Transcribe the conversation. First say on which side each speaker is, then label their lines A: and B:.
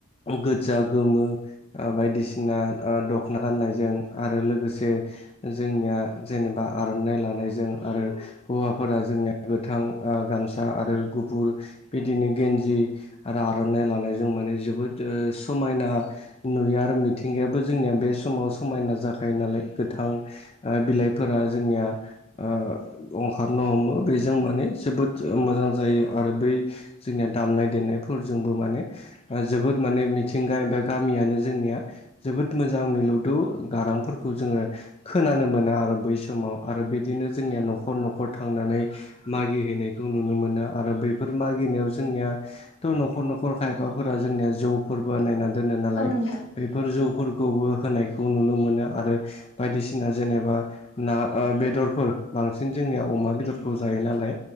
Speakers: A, on the left; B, on the left.
A: गोजा गोमो बायदिसिना दख दखना गान्नायजों आरो लोगोसे जोंनिया जेनेबा आर'नाइ लानायजों आरो हौवाफोरा जोंनिया गोथां गामसा आरो गुफुर बिदिनो गेन्जि आरो आर'नाइ लानायजों माने जोबोद समायना नुयो आरो मिथिंगायाबो जोंनिया बे समाव समायना जाखायो नालाय गोथां ओ बिलाइफोरा जोंनिया ओ ओंखारनो हमो बेजों माने जोबोद मोजां जायो आरो बै जोंनिया दामनाय देनायफोरजोंबो माने जोबोद माने मिथिंगा एबा गामियानो जोंनिया जोबोद मोजां मिलु गारांफोरखौ जोङो खोनानो मोना आरो बै समाव आरो बिदिनो जोंनिया न'खर न'खर थांनानै मागि हैैनायखौ नुनो मोनो आरो बै बे मागिनायाव जोंनिया' न'खर न'खर खायफाफोरा जोंनिया जौ फोरबो नायनानै दोनो नालाय
B: औ नोंथां औ नोंथां औ नोंथां
A: बेफोर जौफोरखौबो होनायखौ नुनो मोनो आरो बायदिसिना जेनेबा ना ओ बेदरफोर बांसिन जोंनियाव अमा बेदरखौ जायो नालाय